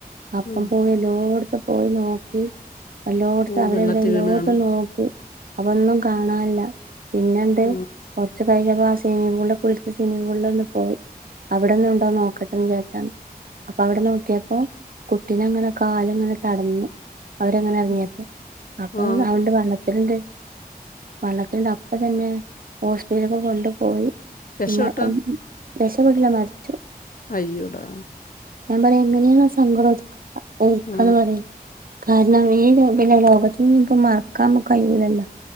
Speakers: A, on the right (about 65°); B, on the left (about 60°).
A: അപ്പം
B: ആ
A: പോയി ലോങ്ങ് ഇപ്പ പോയി നോക്കി വല്ലോടുത്തും
B: ഓ
A: അവിടെ
B: വെള്ളത്തിൽ
A: ഇവിടെ എല്ലോടുത്തു
B: വീണ് കാണും
A: നോക്കി അവ ഒന്നും കാണാനില്ല പിന്നെന്തെകുറച്ച്
B: ആ
A: കയിഞ്ഞ പ്പം <unintelligible> സിമ്മിംഗ് പുളിൽ പോയി അവിടെ ഒന്ന് ഉണ്ടോന്ന് നോക്കട്ടെ എന്ന് വിചാരിച്ചാണ് അപ്പം അവിടെ നോക്കിയപ്പം കൂട്ടിനങ്ങനെ കാല് അങ്ങനെ തടഞ്ഞ് ടങ്ങനേറങ്ങിയപ്പോൾ
B: ഓ
A: അപ്പൊ
B: ആ
A: <unintelligible> വെള്ളത്തിൽണ്ട് വെള്ളത്തിന് അപ്പം തന്നെ ഹോസ്പിറ്റലിലേക്ക് കൊണ്ട് പോയി
B: രക്ഷപ്പെട്ടോ
A: <unintelligible> രക്ഷപെട്ടില്ല മരിച്ചു
B: അയ്യോടാ
A: ഞാൻ പറയു എങ്ങനയാ സങ്കടം ഒതു ഒന്ക്ക്
B: ആ
A: അത് മതി <unintelligible> ഉ ഇപ്പ മറക്കാമ്മകയുല്ലല്ലോ